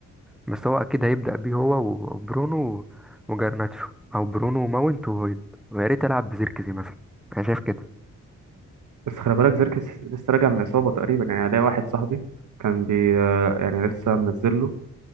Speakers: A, in the centre; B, on the right.
A: بس هو اكيد هيبدا بيه هو و- وبرونو وجرناتشو او برونو وماونت وهويلاند ويا ريت يلعب بزيركزي مثلا انا شايف كده
B: بس خلي بالك زيركس لسه راجع من اصابه تقريبا يعني ليا واحد صاحبي كان بي آه، يعني لسه منزل له